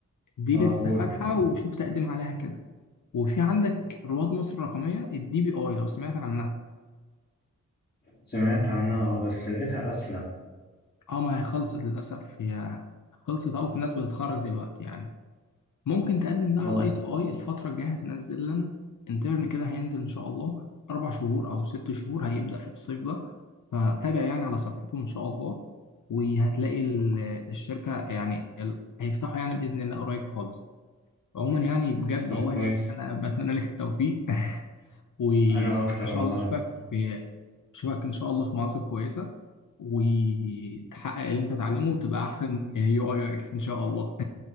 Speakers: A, on the left; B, on the left.
A: دي
B: اه
A: لسه
B: قول
A: فاتحة
B: قول اه
A: وشوف تقدم عليها كده وفي عندك رواد مصر الرقمية الدي بي اي لو سمعت عنها
B: سمعت عنها اه بس لقيتها قافلة
A: اه ما هي خلصت للأسف هي خلصت أو في ناس بتتخرج دلوقتي يعني ممكن تقدم بقى
B: اه
A: على الاي تي اي الفترة الجاية هتنزل لنا انترن كده هينزل إن شاء الله أربع شهور أو ست شهور هيبدأ في الصيف ده فتابع يعني على صفحتهم إن شاء الله وهتلاقي ال- الشركة يعني ال- هيفتحوا يعني بإذن الله قريب خالص عموما يعني بجد
B: طب
A: والله
B: كويس
A: انا بتمنى لك التوفيق <laughs> وان
B: انا اكتر
A: شاء
B: والله
A: الله اشوفك في اشوفك ان شاء الله في مناصب كويسه وتحقق اللي انت تتعلمه وتبقى احسن آه، يو اي يو اكس ان شاء الله